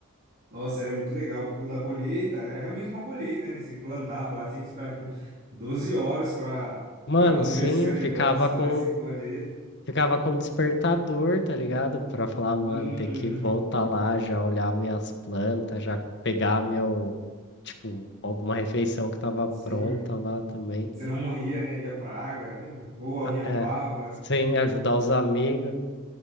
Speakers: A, on the right; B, on the left.
A: Nossa, era muito legal, porque o da colheita era realmente uma colheita, né? Você plantava lá, tinha que esperar, tipo, 12 horas pra,
B: Mano,
A: pra amadurecer
B: sim,
A: o negócio
B: ficava com.
A: lá e se colher.
B: Ficava com despertador, tá ligado? Pra falar, mano,
A: Uhum,
B: tem que voltar lá, já olhar minhas plantas, já pegar meu, tipo, alguma refeição que tava
A: sim.
B: pronta lá também.
A: Você não morria, né? Ia praga, lembra? Ou alguém
B: Ah,
A: roubava.
B: É, sim, ajudar os amigos.